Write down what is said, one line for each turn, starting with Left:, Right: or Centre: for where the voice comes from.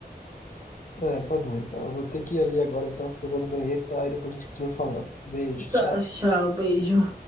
Left: É, tá bom. Então eu vou ter que ir ali agora, então, porque eu vou no banheiro, tá? Aí depois a gente continua falando. Beijo,
Right: Tá,
Left: tchau.
Right: tchau, beijo.